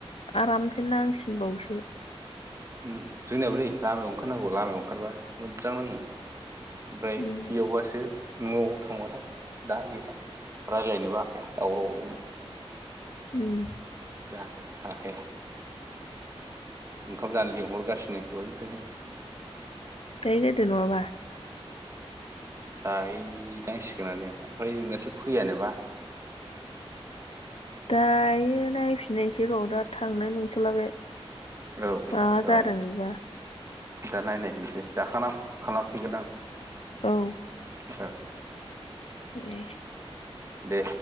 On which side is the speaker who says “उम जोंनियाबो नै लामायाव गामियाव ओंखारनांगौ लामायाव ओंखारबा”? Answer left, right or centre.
Right